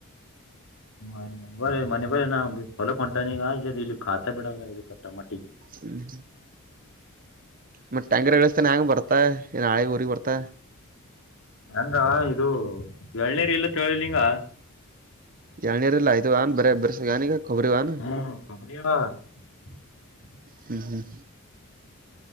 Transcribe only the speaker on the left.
ಹ ಮ ಬರ ಮನೆ ಬರ ನಾ ಹೊಲ ಹೊಂಟಾನಗ ಇಲ್ಲಿ ಾ ಬಿಡ ಇ ಕಟ್ಟ ಮಟ್ಟಿಗೆ
ಹೆಂಗ ಇದು ಳ್ನೀರ್ ಇಲ್ಲ ಕೇಳಲಿಂಗ
ಹ್ಮ್ ಕೊಬ್ಬರಿ <inaudible>